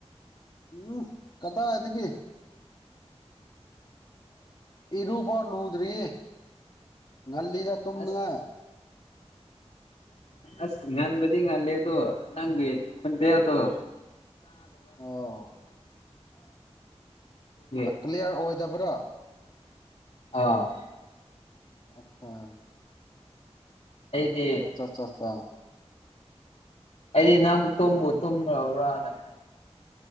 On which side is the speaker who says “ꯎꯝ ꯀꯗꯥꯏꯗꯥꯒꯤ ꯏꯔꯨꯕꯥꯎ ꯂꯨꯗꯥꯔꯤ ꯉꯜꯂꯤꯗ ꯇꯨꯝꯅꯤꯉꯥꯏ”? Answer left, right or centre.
Left